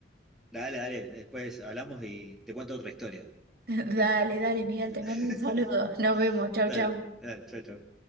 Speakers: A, in the centre; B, on the right.
A: Dale, dale, después hablamos y te cuento otra historia.
B: <laughs> Dale, dale, Miguel,
A: <laughs>
B: te mando un saludo. Nos vemos. Chau,
A: Dale,
B: chau.
A: dale, chao, chao.